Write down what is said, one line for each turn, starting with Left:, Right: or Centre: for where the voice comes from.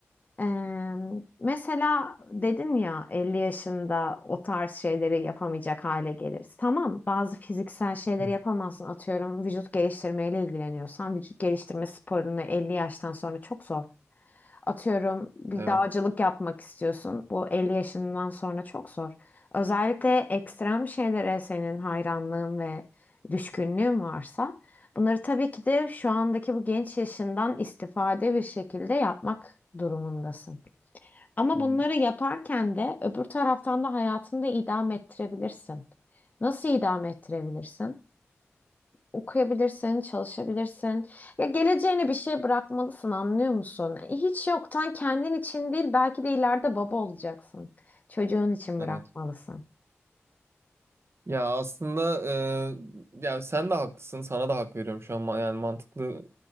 Left: Eee, mesela dedin ya 50 yaşında o tarz şeyleri yapamayacak hale geliriz. Tamam, bazı fiziksel şeyleri
Right: Hı.
Left: yapamazsın. Atıyorum vücut geliştirmeyle ilgileniyorsan vücut geliştirme sporunu 50 yaştan sonra çok zor. Atıyorum bir
Right: evet.
Left: dağcılık yapmak istiyorsun. Bu 50 yaşından sonra çok zor. Özellikle ekstrem şeylere senin hayranlığın ve düşkünlüğün varsa bunları tabii ki de şu andaki bu genç yaşından istifade bir şekilde yapmak durumundasın. Ama
Right: Hı.
Left: bunları yaparken de öbür taraftan da hayatını da idame ettirebilirsin. Nasıl idame ettirebilirsin? okuyabilirsin, çalışabilirsin. Ya geleceğine bir şey bırakmalısın, anlıyor musun? E, Hiç yoktan kendin için değil, belki de ileride baba olacaksın. Çocuğun için
Right: Evet.
Left: bırakmalısın.
Right: Ya aslında e, ya sen de haklısın. Sana da hak veriyorum şu an. Ma- Yani mantıklı